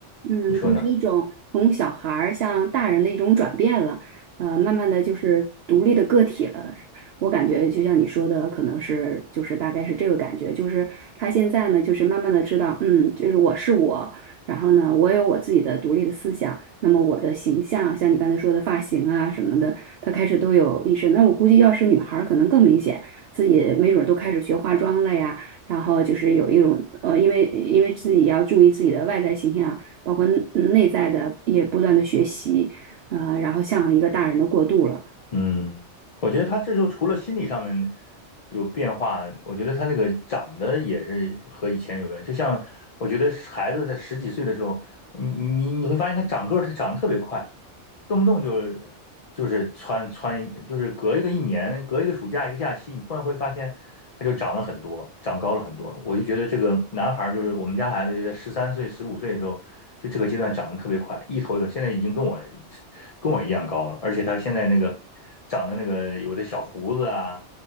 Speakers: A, on the right; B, on the left.
A: 嗯，
B: 你说呢？
A: 就是一种从小孩儿向大人的一种转变了，呃，慢慢的就是独立的个体了。我感觉就像你说的，可能是就是大概是这个感觉，就是他现在呢，就是慢慢的知道，嗯，就是我是我，然后呢，我有我自己的独立的思想，那么我的形象，像你刚才说的发型啊什么的，他开始都有意识。那我估计要是女孩儿，可能更明显，自己没准儿都开始学化妆了呀，然后就是有一种呃，因为因为自己要注意自己的外在形象。包括内内在的也不断的学习，呃，然后向一个大人的过渡了。
B: 嗯，我觉得他这时候除了心理上面有变化，我觉得他那个长得也是和以前有关。就像我觉得孩子在十几岁的时候，你你你会发现他长个儿，他长得特别快，动不动就就是穿穿一就是隔一个一年，隔一个暑假一个假期，你突然会发现他就长了很多，长高了很多。我就觉得这个男孩就是我们家孩子，就在十三岁、十五岁的时候，就这个阶段长得特别快，一头一头，现在已经跟我跟我一样高了，而且他现在那个长的那个有的小胡子啊，